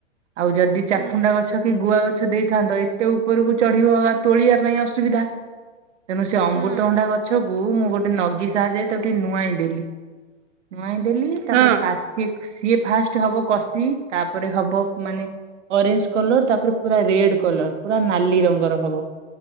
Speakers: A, on the right; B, on the right.
A: ଆଉ ଯଦି ଚାଖୁଣ୍ଡା
B: ହୁଁ।
A: ଗଛ କି ଗୁଆ ଗ ଛ ଦେଇଥାନ୍ତ ଏତେ ଉପରକୁ ଚଢିବ ବା ତୋଳିବା ପାଇଁ ଅସୁବିଧା। ତେଣୁ ସେ ଅମୃତଭଣ୍ଡା
B: ହୁଁ
A: ଗଛକୁୁ ମୁଁ ଗୋଟେ ନଗି ସାହାଯ୍ୟାରେ ତାକୁ କୁ ନୁଆଇଁ ଦେଲି ନୁଆଇଁ ଦେଲି ତାପରେ
B: ହଁ
A: ପାଚ ସିଏ ସିଏ ଫାଷ୍ଟ ହବ କଷି ତାପରେ ହବ ମାନେ ଅରେଞ୍ଜ କଲର ତାପରେ ପୁରା ରେଡ କଲର ପୁରା ନାଲି ରଙ୍ଗର ହବ।